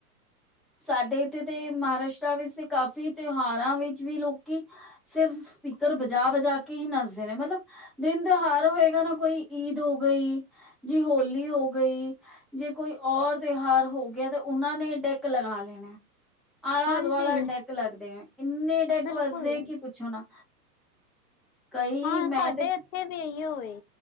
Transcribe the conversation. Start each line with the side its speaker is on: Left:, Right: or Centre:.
Centre: ਸਾਡੇ ਇੱਥੇ ਤੇ ਮਹਾਰਾਸ਼ਟਰ ਵਿੱਚ ਕਾਫੀ ਤਿਉਹਾਰਾਂ ਵਿੱਚ ਵੀ ਲੋਕੀ। ਸਿਰਫ ਸਪੀਕਰ ਬਜਾ ਬਜਾ ਕੇ ਹੀ ਨੱਚਦੇ ਨੇ ਮਤਲਬ ਦਿਨ ਤਿਉਹਾਰ ਹੋਏਗਾ ਨਾ ਕੋਈ ਈਦ ਹੋ ਗਈ। ਜੇ ਹੋਲੀ ਹੋ ਗਈ ਜੇ ਕੋਈ ਔਰ ਤਿਉਹਾਰ ਹੋ ਗਿਆ ਤੇ ਉਹਨਾ ਨੇ ਡੈਕ ਡੈਕ ਲਗਾ ਲੈਣਾ ਨੇ ਆਲਾ
Left: ਹਾਂਜੀ
Centre: ਦੁਆਲਾ ਡੈਕ ਲੱਗਦੇ ਹੈ ਇੰਨੇ ਡੈਕ
Left: ਬਿਲਕੁਲ
Centre: ਵਜਦੇ ਕਿ ਪੁੱਛੋ ਪੁੱਛੋ ਨਾ ਕਈ
Left: ਹਾਂ
Centre: ਮੈਂ
Left: ਸਾਡੇ
Centre: ਤੇ
Left: ਇੱਥੇ ਵੀ ਇਹੀਓ ਏ